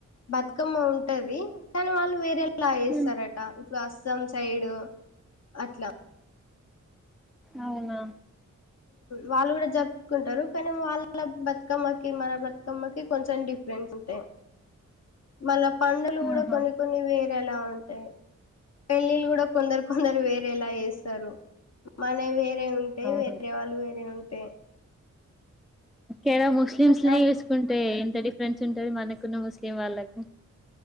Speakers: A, on the left; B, in the centre.
A: బతుకమ్మ ఉంటది కానీ వాళ్ళు వేరే ఇలా వేస్తారట
B: హ్మ్
A: ప్రస్సం సైడ్ అట్లా
B: అవునా
A: వాళ్ళు కూడా జరుపుకుంటారు కానీ వాళ్ళకి బతుకమ్మ మన బతుకమ్మకి కొంచెం డిఫరెన్స్ ఉంటాయి మళ్ళా పంటలు కూడా
B: ఆహా
A: కొన్ని కొన్ని వేరు ఎలా ఉంటాయి పెళ్ళిళ్ళు కూడా కొందరు కొందరు వేరే ఎలా వేస్త మన వేరే ఉంటే
B: అవును
A: వేరే వాళ్ళు వారే ఉంటే
B: ఒకేలా ముస్లిమ్స్ నీ
A: నా-
B: చేసుకుంటే డిఫ్రెంట్స్ ఉంటది మనకున్న ముస్లిం వాళ్ళకు